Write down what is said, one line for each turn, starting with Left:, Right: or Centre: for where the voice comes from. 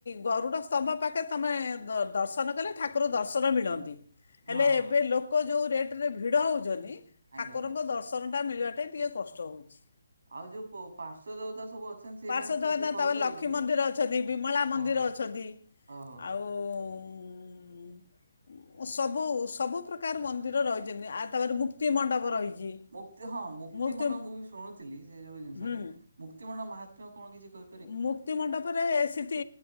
Left: ଗରୁଡ଼ ଗରୁଡ ସ୍ତମ୍ଭ ପାଖେ ତମେ ଦର୍ଶନ କଲେ ଠାକୁର ଦର୍ଶନ ମିଳନ୍ତି। ହେଲେ
Right: ହଁ ହଁ।
Left: ଏବେ ଲୋକ ଯୋଉ ରେଟ ରେ ଭିଡ଼ ହଉଛନ୍ତି
Right: ଆଜ୍ଞା
Left: ଠାକୁରଙ୍କ
Right: ଆଜ୍ଞା
Left: ଦର୍ଶ ଶନ ଟା ମିଳିବାଟେ ଟିକେ କଷ୍ଟ ହଉଛି।
Right: ଆଉ ଯୋଉ ପ- ପାର୍ଶ୍ୱ ଦେବତା ସବୁ ଅଛନ୍ତି ସେମାନେ
Left: ପାର୍ଶ୍ୱ
Right: କିଏ
Left: ବା
Right: କିଏ
Left: ନା
Right: କହିପାରିବି
Left: ତମରେ ଲକ୍ଷ୍ମୀ
Right: ଟିକେ?
Left: ମନ୍ଦିର ଅଛନ୍ତି ବିମଳା ମନ୍ଦିର
Right: ଓ
Left: ଅଛ
Right: ଓହୋ ହୋ
Left: ଆଉ ସବ ସବୁ ସବୁ ପ୍ରକାର ମନ୍ଦିର ରହିଛନ୍ତି ଆ ତାପରେ ମୁକ୍ତି ମଣ୍ଡପ ରହିଛି।
Right: ମୁକ୍ତି ହଁ ମୁକ୍ତିମଣ୍ଡ
Left: ମୁକ୍ତି
Right: ମୁଁ ବି ଶୁଣୁଥିଲି ସେ ଯୋଉ ଜିନିଷରେ
Left: ହୁଁ
Right: ମୁକ୍ତିମଣ୍ଡ ମହାତ୍ମ୍ୟ କଣ କିଛି କ
Left: ମୁଁ ମୁକ୍ତିମଣ୍ଡପରେ ସେଠି